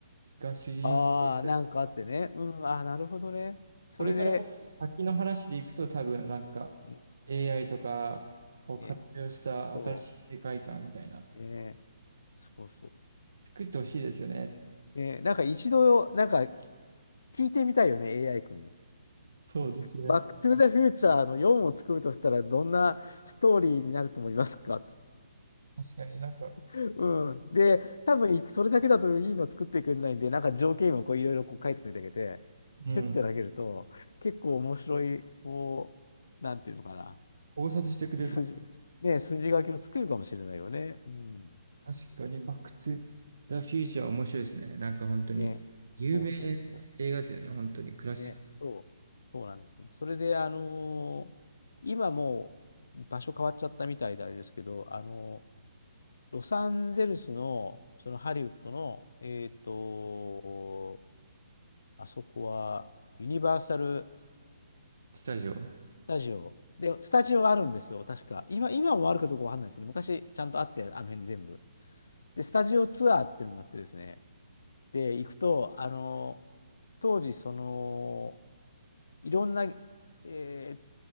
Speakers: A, on the right; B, on the left.
A: が主人公で、
B: うな。ああ、なんかあってね。うん、ああ、なるほどね。それで、
A: これからもっと先の話でいくと多分なんか
B: うん
A: AI とかを活用した新しい世界観みたいな、
B: ね、そう、ね、そうそう。
A: 作ってほしいですよね。
B: ね、なんか一度、なんか聞いてみたいよね、AI 君に。
A: そうですね。
B: バックトゥーザフューチャーの4を作るとしたら、どんなストーリーになると思いますかって
A: 確かになんか
B: <laughs> うん。で、多分それだけだといいの作ってくれないんで、なんか条件をこういろいろこう書いていただけて、
A: うん。
B: シュッて投げると、結構面白い、こう、なんていうのかな、
A: 考察してくれる。
B: 筋、
A: ま
B: ね、筋書きを作るかもしれないよね。うん。
A: 確かに、バックトゥザ・フューチャー面白いですね。なんか本当に、
B: ね、
A: 有名な映画ですよね。
B: そうそうそ
A: 本当に、クラシック
B: う。ね、そう、そうなんですそれで、あのー今もう場所変わっちゃったみたいであれですけど、あのーロサンゼルスの、そのハリウッドの、えっと、あそこはユニバーサル・
A: スタジオ。
B: スタジオ。で、スタジオあるんですよ、確か。今、今もあるかどうかわかんないですけど、昔ちゃんとあって、あの辺全部。で、スタジオツアーっていうのがあってですね。で、行くと、あの、当時、その、いろんな、えーっ